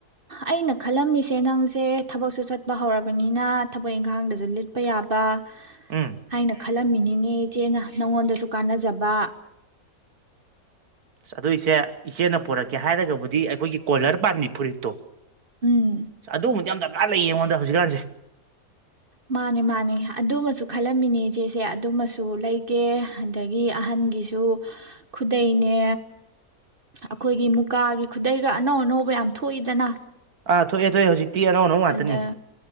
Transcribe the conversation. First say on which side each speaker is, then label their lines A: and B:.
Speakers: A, on the right (about 35°); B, on the right (about 75°).
A: ꯑꯩꯅ ꯈꯜꯂꯝꯃꯤꯁꯦ ꯅꯪꯁꯦ ꯊꯕꯛꯁꯨ ꯆꯠꯄ ꯍꯧꯔꯕꯅꯤꯅ ꯊꯕꯛ ꯏꯪꯈꯥꯡꯗꯁꯨ ꯂꯤꯠꯄ ꯌꯥꯕ
B: ꯎꯝ
A: ꯍꯥꯏꯅ ꯈꯜꯂꯝꯃꯤꯅꯤꯅꯦ ꯏꯆꯦꯅ ꯅꯪꯉꯣꯟꯗꯁꯨ ꯀꯥꯟꯅꯖꯕ
B: ꯑꯁ ꯑꯗꯨꯏꯁꯦ ꯏꯆꯦꯅ ꯄꯨꯔꯛꯀꯦ ꯍꯥꯏꯔꯒꯕꯨꯗꯤ ꯑꯩꯈꯣꯏꯒꯤ ꯀꯣꯂꯔ ꯄꯥꯝꯃꯤ ꯐꯨꯔꯤꯠꯇꯣ
A: ꯎꯝ
B: ꯑꯗꯨꯕꯨꯗꯤ ꯑꯝꯗ ꯂꯩꯌꯦ ꯑꯩꯉꯣꯟꯗ ꯍꯧꯖꯤꯛꯀꯥꯟꯁꯦ
A: ꯃꯥꯅꯦ ꯃꯥꯅꯦ ꯑꯗꯨꯃꯁꯨ ꯈꯜꯂꯝꯃꯤꯅꯤ ꯏꯆꯦꯁꯦ ꯑꯗꯨꯃꯁꯨ ꯇꯨ ꯂꯩꯒꯦ ꯑꯗꯒꯤ ꯒꯤ ꯑꯍꯟꯒꯤꯁꯨ ꯈꯨꯗꯩꯅꯦ ꯑꯩꯈꯣꯏꯒꯤ ꯃꯨꯀꯥꯒꯤ ꯈꯨꯗꯩꯒ ꯑꯅꯧ ꯑꯅꯧꯕ ꯌꯥꯝ ꯊꯣꯛꯏꯗꯅ
B: ꯑꯥ ꯊꯣꯛꯑꯦ ꯊꯣꯛꯑꯦ ꯍꯧꯖꯤꯛꯇꯤ ꯑꯅꯧ ꯑꯅꯧ ꯉꯇꯅꯤ
A: ꯑꯗ